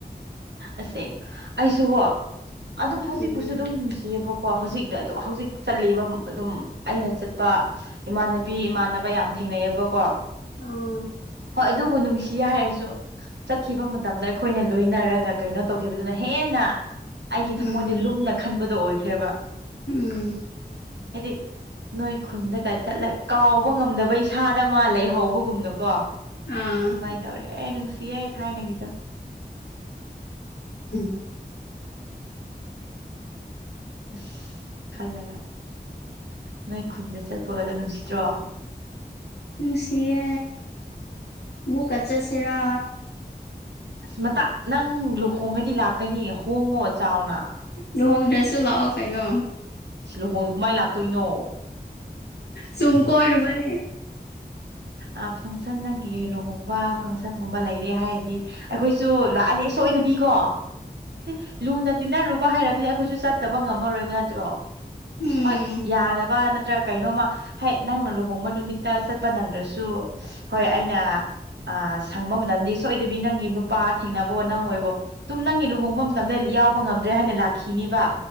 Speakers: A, on the right; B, on the left.
A: ꯑꯁꯦꯡ ꯑꯩꯁꯨꯀꯣ ꯑꯗꯨꯝ ꯍꯧꯖꯤꯛꯄꯨꯁꯨ
B: ꯎꯝ
A: ꯑꯗꯨꯝ ꯅꯨꯡꯁꯤꯌꯦꯕ ꯀꯣ ꯍꯧꯖꯤꯛꯅꯦ ꯑꯗꯨ ꯍꯧꯖꯤꯛ ꯆꯕ ꯑꯗꯨꯝ ꯑꯩꯅ ꯆꯠꯄ ꯏꯃꯥꯟꯅꯕꯤ ꯏꯃꯥꯟꯅꯕ ꯌꯥꯝ ꯊꯦꯡꯅꯩꯑꯕꯀꯣ
B: ꯑ
A: ꯑꯗꯨꯕꯨ ꯅꯨꯡꯁꯤ ꯍꯥꯏꯔꯁꯨ ꯆꯠꯈꯤꯕ ꯃꯇꯝꯗ ꯑꯩꯈꯣꯏꯅ ꯂꯣꯏꯅꯔꯒ ꯀꯩꯅꯣ ꯇꯧꯈꯤꯕꯗꯨꯅ ꯍꯦꯟꯅ ꯑꯩꯒꯤ
B: ꯎꯝ
A: ꯊꯃꯣꯏꯗ ꯂꯨꯝꯅ ꯈꯟꯕꯗꯣ ꯑꯣꯏꯈ꯭ꯔꯦꯕ
B: ꯎꯝ
A: <unintelligible> ꯅꯣꯏ ꯈꯨꯟꯗꯒ ꯆꯠꯂ ꯀꯥꯎꯕ ꯉꯝꯗꯕ ꯏꯁꯥꯗ ꯑꯃꯥ ꯂꯩꯍꯧꯕꯒꯨꯝꯅꯀꯣ
B: ꯑꯥ
A: ꯑꯗꯨꯃꯥꯏꯅ ꯇꯧꯔꯥꯛꯑꯦ ꯅꯨꯡꯁꯤꯌꯦ ꯊꯥꯏꯅꯒꯤꯗ
B: ꯎꯝ
A: ꯑꯁ ꯈꯜꯂꯒ ꯅꯣꯏ ꯈꯨꯟꯗ ꯆꯠꯄꯒꯗꯣ ꯅꯨꯡꯁꯤꯗ꯭ꯔꯣ
B: ꯅꯨꯡꯁꯤꯌꯦ ꯑꯃꯨꯛꯀꯥ ꯆꯠꯁꯤꯔꯥ
A: ꯑꯁ ꯃꯇꯥꯡ ꯅꯪ ꯂꯨꯍꯣꯡꯉꯗꯤ ꯂꯥꯛꯀꯅꯤ ꯍꯣꯡꯉꯣ ꯆꯥꯎꯅ
B: ꯂꯨꯍꯣꯡꯗ꯭ꯔꯁꯨ ꯂꯥꯛꯑꯣ ꯀꯩꯅꯣ
A: <unintelligible> ꯂꯨꯍꯣꯡꯗꯅ ꯀꯃꯥꯏꯅ ꯂꯥꯛꯇꯣꯏꯅꯣ
B: ꯆꯨꯨꯝ ꯀꯣꯏꯔꯨꯕꯅꯦ
A: ꯑ ꯐꯪꯁꯟ ꯅꯪꯒꯤ ꯂꯨꯍꯣꯡꯕ ꯐꯪꯁꯟꯒꯨꯝꯕ ꯂꯩꯔꯦ ꯍꯥꯏꯔꯗꯤ ꯑꯩꯈꯣꯏꯁꯨ ꯂꯥꯛꯑꯅꯤ ꯁꯣꯏꯗꯕꯤꯀꯣ <unintelligible> ꯂꯨꯅ ꯇꯤꯟꯅꯔꯨꯕ ꯍꯥꯏꯔꯕꯤ ꯑꯩꯈꯣꯏꯁꯨ ꯆꯠꯇꯕ ꯉꯝꯃꯔꯣꯏꯕ ꯅꯠꯇ꯭ꯔꯣ
B: ꯎꯝ
A: ꯍꯣꯏ ꯌꯥꯅꯕ ꯅꯠꯇ꯭ꯔꯒ ꯀꯩꯅꯣꯃ ꯍꯥꯏ ꯅꯪꯅ ꯂꯨꯍꯣꯡꯕ ꯅꯨꯃꯤꯠꯇ ꯆꯠꯄ ꯅꯪꯗ꯭ꯔꯁꯨ ꯁꯨ ꯍꯣꯏ ꯑꯩꯅ ꯑ ꯁꯪꯕ ꯃꯇꯝꯗꯤ ꯁꯣꯏꯗꯕꯤ ꯅꯪꯒꯤ ꯅꯨꯄꯥ ꯊꯦꯡꯅꯕꯣ ꯅꯪ ꯑꯣꯏꯕꯣ ꯇꯨꯝ ꯅꯪꯒꯤ ꯂꯨꯍꯣꯡꯕ ꯃꯇꯝꯗ ꯌꯥꯎꯕ ꯉꯝꯗ꯭ꯔꯦ ꯍꯥꯏꯅ ꯂꯥꯛꯈꯤꯅꯦꯕ